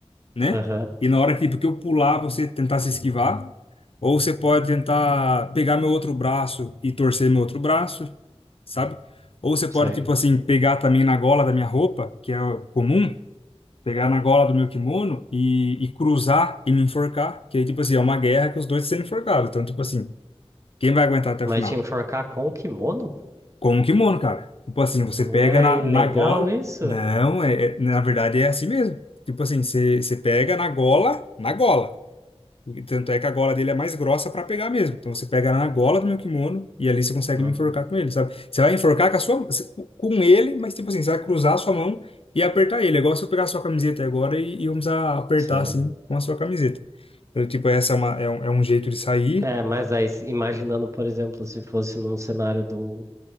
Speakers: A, on the left; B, on the right.
A: né?
B: Aham,
A: E na hora que, tipo, que eu pular, você tentar se esquivar. Ou você pode tentar pegar meu outro braço e torcer meu outro braço, sabe? Ou você pode,
B: sei.
A: tipo assim, pegar também na gola da minha roupa, que é comum, pegar na gola do meu kimono e, e cruzar e me enforcar. Que aí, tipo assim, é uma guerra que os dois sendo enforcados. Então, tipo assim, quem vai aguentar até
B: Mas
A: o final?
B: te enforcar com o kimono?
A: Com o kimono, cara. Tipo assim, você
B: Não
A: pega
B: é
A: na,
B: ilegal
A: na gola.
B: isso?
A: Não, é, é- na verdade é assim mesmo. Tipo assim, você você pega na gola, na gola. Tanto é que a gola dele é mais grossa pra pegar mesmo. Então você pega na gola do meu kimono e ali você consegue
B: Uhum,
A: me enforcar com ele, sabe? Você vai enforcar com a sua, com ele, mas tipo assim, você vai cruzar a sua mão e apertar ele. É igual se eu pegar a sua camiseta agora e, e vamos a- apertar
B: sei.
A: assim com a sua camiseta. Então, tipo, essa é, uma, é, um, é um jeito de sair.
B: É, mas aí se- imaginando, por exemplo, se fosse num cenário do,